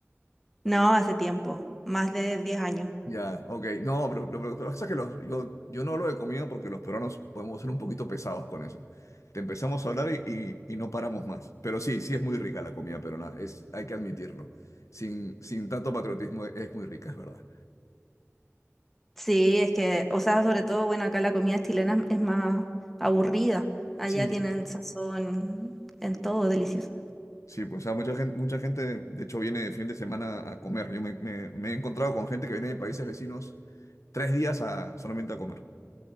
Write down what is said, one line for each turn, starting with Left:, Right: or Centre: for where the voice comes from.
Centre: No, hace tiempo, más de 10 años.
Left: Ya, ok. No, pero lo lo que pasa es que los- yo, yo no lo he comido porque los peruanos podemos ser un poquito pesados con eso. Te empezamos a hablar y, y- y no paramos más. Pero sí, sí es muy rica la comida peruana, es, hay que admitirlo. Sin, sin tanto patriotismo es muy rica, es verdad.
Centre: Sí, es que, o sea, sobre todo, bueno, acá la comida chilena es es más aburrida. Allá
Left: Sí.
Centre: tienen sazón en todo, delicioso.
Left: Sí, pues o sea, mucha gente, mucha gente, de hecho, viene de fin de semana a comer. Yo me, me- me he encontrado con gente que viene de países vecinos tres días a, solamente a comer.